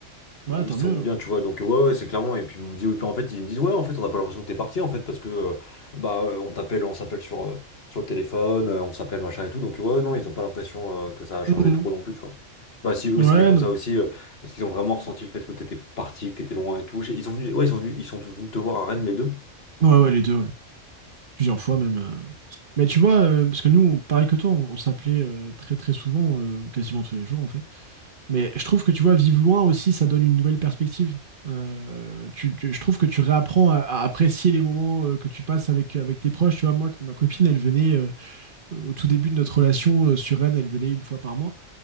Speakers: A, on the right (about 45°); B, on the left (about 55°).
A: Ouais,
B: euh,
A: tant
B: Ils se
A: mieux.
B: sont mis bien, tu vois, donc ouais, ouais, c'est clairement. Et puis ils m'ont dit, oui, puis en fait, ils me disent, ouais, en fait, on n'a pas l'impression que t'es parti, en fait, parce que euh, bah euh, on t'appelle, on s'appelle sur, euh, sur le téléphone, euh, on s'appelle machin et tout, donc ouais, non, ils n'ont pas l'impression euh, que ça a changé
A: Mhm.
B: trop non plus, tu vois. Je sais pas si eux
A: Ouais,
B: c'était comme
A: non.
B: ça aussi, euh, parce qu'ils ont vraiment ressenti le fait que t'étais parti, que t'étais loin et tout. Je sais- Ils sont venus, ouais, ils sont venus, ils sont venus te voir à Rennes les deux.
A: Ouais, ouais, les deux, ouais. plusieurs fois
B: Ok.
A: même. euh. Mais tu vois, euh, parce que nous, pareil que toi, on, on s'appelait euh, très très souvent, euh, quasiment tous les jours en fait. Mais je trouve que tu vois, vivre loin aussi, ça donne une nouvelle perspective. Euh, tu- tu- je trouve que tu réapprends à, à apprécier les moments euh, que tu passes avec, avec tes proches. Tu vois, moi, ma copine, elle venait euh, au tout début de notre relation euh, sur Rennes, elle venait une fois par mois.